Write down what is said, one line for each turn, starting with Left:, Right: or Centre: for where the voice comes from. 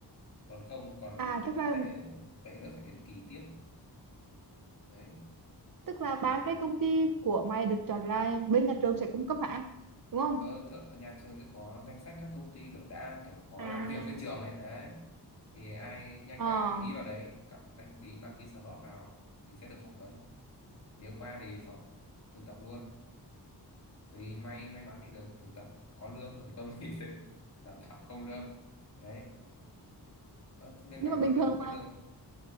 Left: còn không còn
Right: À, tức là
Left: tệ tệ nữa phải đến kỳ tiếp đấy
Right: tức là ba cái công ty của mày được chọn là bên nhà trường sẽ cung cấp hả? Đúng
Left: ở
Right: không?
Left: thượng nhà trường sẽ có danh sách các công ty kiểu đã kiểu có
Right: À,
Left: làm việc với trường ấy đấy thì ai nhanh
Right: ờ.
Left: tay đăng ký vào đấy các đăng ký đăng ký slot vào thì sẽ được phỏng vấn nếu qua thì phỏng, thực tập luôn tùy may may mắn thì được thực tập có lương còn không thì <laughs> sẽ đào tạo không lương đấy ở bên
Right: Nhưng
Left: mày
Right: mà bình
Left: có được
Right: thường
Left: có lương không?